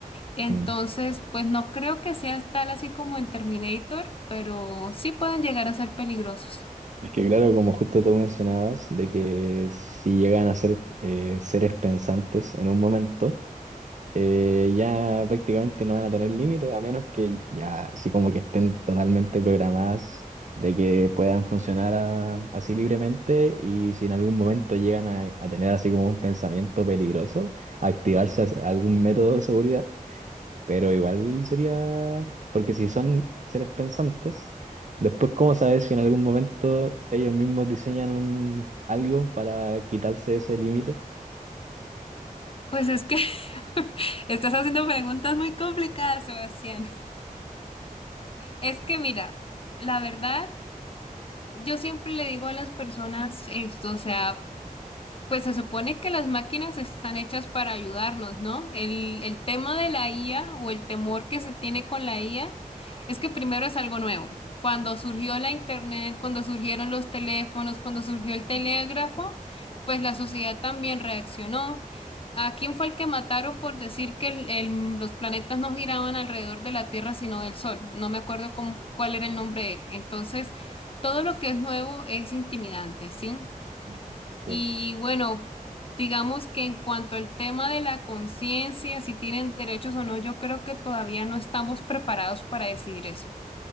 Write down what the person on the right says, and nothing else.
Mm.
Es que claro, como justo tú mencionabas, de que si llegan a ser eh, seres pensantes en un momento, eh, ya prácticamente no van a tener límite, a menos que ya así como que estén totalmente programadas de que puedan funcionar a- así libremente y si en algún momento llegan a, a tener así como un pensamiento peligroso, activarse as- algún método de seguridad, pero igual sería, porque si son seres pensantes, después cómo saber si en algún momento ellos mismos diseñan un, algo para quitarse ese límite.
Mm, Sí.